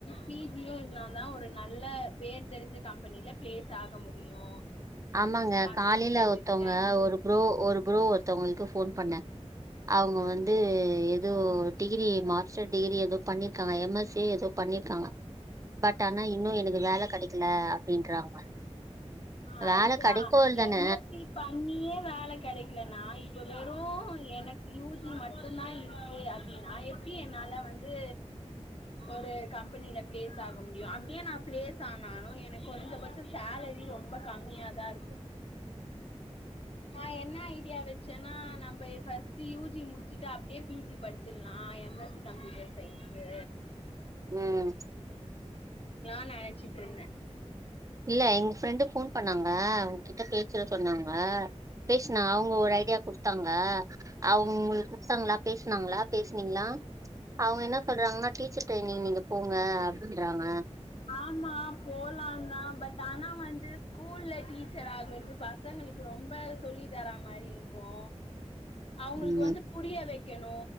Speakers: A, on the left; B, on the right.
A: பிஜியு இர்ந்தா தா ஒரு நல்ல பேர் தெரிஞ்ச கம்பெனில ப்ளேஸ் ஆக முடியு
B: ஆமாங்க
A: அப்டின்னு
B: காலைல
A: கத்துக்கிட்டே
B: ஒருத்தவங்க ஒரு ப்ரோ ஒரு ப்ரோ ஒர்த்தங்களுக்கு ஃபோன் பண்ண அவ்ங்க வந்து எதோ டிகிரி மாஸ்டர் டிகிரி எதோ பண்ணிருக்காங்க எம்எஸ்சி எதோ பண்ணி க்கா பட் ஆனா இன்னு எனக்கு வேல கெடைக்கல அப்டின்றாங்க
A: ஆ
B: வேல
A: அதுதா
B: கெடைக்கு தான
A: எம்எஸ்சி பண்ணியே வேல கெடக்லனா இப்ப வெறு எனக்கு யூஜி மட்டு தா இருக்கு அப்டின்னா எப் டி என்னால வந்து ஒரு கம்பெனில பிளேஸ் ஆக முடியு அப்டியே நா ப்ளேஸ் ஆனாலு எனக்கு கொறஞ்சபட்ச சேலரி ரொம்ப ரொம்ப கம்மியாதா இருக்கு நா என்ன ஐடியா வச்சேன்னா நம்ம பஸ்ட்ட் யூஜி முடிச்சுட்டு அப்டியே பிஜி படிச்சிடலா ஆ எம்எஸ்சி கம்ப்யூட்டர் சயின்ஸு
B: ம்
A: நெனச்சிட்ருந்த
B: இல்ல எங் ஃப்ரெண்டு ஃபோன் பண்ணாங்க உங்கிட்ட பேசுற சொன்னாங்க பேஷ்னா அவ்ங்க ஒரு ஐடியா குடுத்தாங்க அவ்ங் உங்ளுக் குட்த்தாங்ளா பேஸ்னாங்ளா பேசனீங்ளா அவங்க என்ன சொல்றாங்னா டீச்சர் ட்ரைனிங் நீங்க போங்க அப் <inaudible> ன்றாங்க
A: ஆமா போலா தா பட் ஆனா வந்து ஸ்கூல் ல டீச்சர் ஆகறது பசங்களுக்கு ரொம்ப சொல்லி தரா மாரி இருக்கு அவுங்களுக்
B: ம்
A: வந்து புரிய வெக் கனு